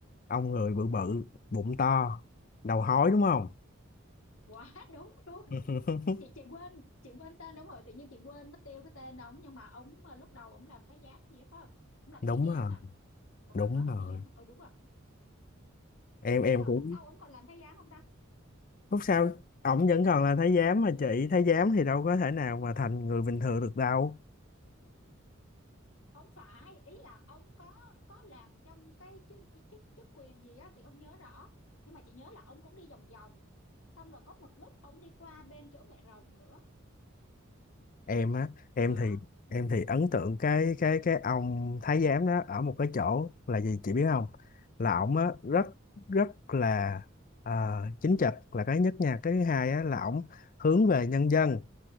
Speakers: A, on the left; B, on the left.
A: ông người bự bự bụng to đầu hói đúng không
B: quá <laughs> đúng luôn
A: <laughs>
B: chị chị quên chị quên tên đúng rồi tự nhiên chị quên mất tiêu cái tên ông nhưng mà ông ờ, lúc đầu ông làm thái giám gì đó, phải không ông làm
A: đúng
B: thái giám
A: rồi
B: nè còn
A: đúng
B: phải ông đó làm
A: rồi
B: thái giám không ừ đúng rồi ừ.
A: em
B: cái
A: em
B: ờ,
A: cũng
B: khúc sau ông còn làm thái giám không ta
A: lúc sau ổng vẫn còn là thái giám mà chị thái giám thì đâu có thể nào mà thành người bình thường được đâu
B: không phải ý là ông có có làm trong cái chức chức chức quyền gì á chị không nhớ rõ nhưng mà chị nhớ là ông cũng đi vòng vòng xong rồi có một lúc ông đi qua bên chỗ mẹ rồng nữa
A: em á em
B: đó
A: thì em thì ấn tượng cái cái cái ông thái giám đó ở một cái chỗ là gì chị biết không là ổng á rất rất là ờ, chính trực là cái nhất nha cái thứ hai á là ổng hướng về nhân dân